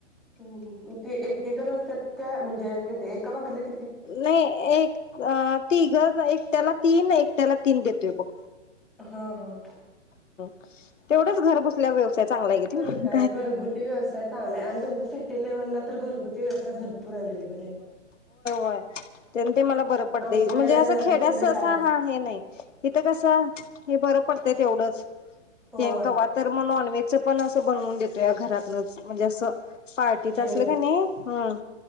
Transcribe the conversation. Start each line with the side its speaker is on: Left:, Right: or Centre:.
Centre: हं ह ते एकेकच असत्यात काय म्हणजे अ ते एका भाकलित
Left: नाही एक अ तिघ एक त्याला तीन एकट्याला तीन देतोय बघ.
Centre: ह ह
Left: <inaudible> घर बसल्या व्यवसाय चांगला आहे किती
Centre: तर काय घरगुती व्यवसाय चांगला आणि तुमच्या सिटी लेवलला तर घरगुती व्यवसाय भरपूर अवलेबल आहेत.
Left: व्हय तर ते मला बरं पडतंय
Centre: आमच्याकडे
Left: म्हणजे असं खेड्यात
Centre: कुठलं
Left: सहसा
Centre: काय
Left: हा हे नाही इथ कस हे बरं पडतंय. ते तेवढंच
Centre: होय
Left: ते आणि कवातर नॉनव्हेजच पण असं बनवून देतोय घरातनंच म्हणजे असं. पार्टीच
Centre: जेवण
Left: असलं का नाही ह